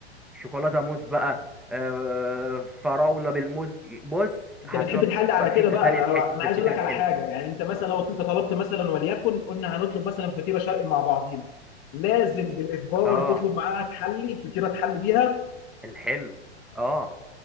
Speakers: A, in the centre; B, on the left.
A: شوكولاته موز بقى آه، فراوله بالموز بص
B: انت
A: هتروح
B: بتحب تحل على
A: بقى في
B: كده
A: حته
B: بقى
A: تانية
B: انا
A: في حته
B: أنا عايز
A: الفطير
B: اقول لك
A: الحلو
B: على حاجه يعني انت مثلا لو انت طلبت مثلا وليكن قلنا هنطلب مثلا فطيره شرقي مع بعضينا لازم بالاجبار
A: اه
B: تطلب معاها تحلي فطيره تحلي بيها
A: الحلو اه